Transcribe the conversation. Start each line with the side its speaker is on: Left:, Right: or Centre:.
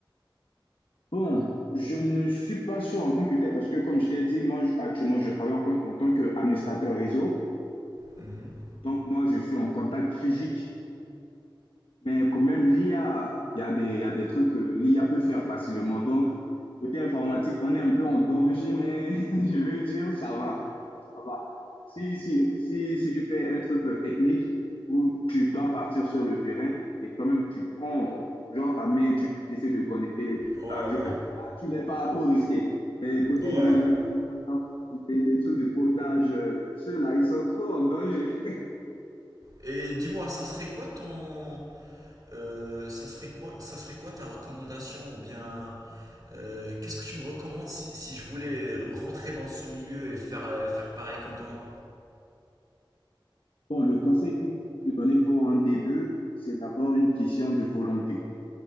Left: Bon, je ne suis pas sûr en tant que tel parce que, comme je t'ai dit, moi, je- actuellement, je travaille en, en tant qu'administrateur réseau.
Right: Mhm.
Left: Donc, moi, je suis en contact physique Mais quand même, l'IA, il y a des, il y a des trucs que l'IA peut faire facilement. Donc, côté informatique, on est un peu en danger, mais <laughs> je veux dire, ça va. Ça va. Si, si, si, si tu fais un truc euh, technique où tu dois partir sur le terrain et quand même tu prends, genre ta main, tu essaies de connecter les trucs
Right: Ouais,
Left: là, je
Right: ouais,
Left: pense que là, tu n'es pas trop risqué. Mais côté
Right: ouais.
Left: développeur, des, des trucs de codage, euh, ceux-là, ils sont trop en danger.
Right: Et dis-moi, ça serait quoi ton, euh, ça serait que moi, ça serait quoi ta recommandation ou bien euh, qu'est-ce que tu me recommandes si, si je voulais rentrer dans ce milieu et faire euh, faire pareil comme toi?
Left: Bon, le conseil que je peux te donner pour un début, c'est d'abord une question de volonté.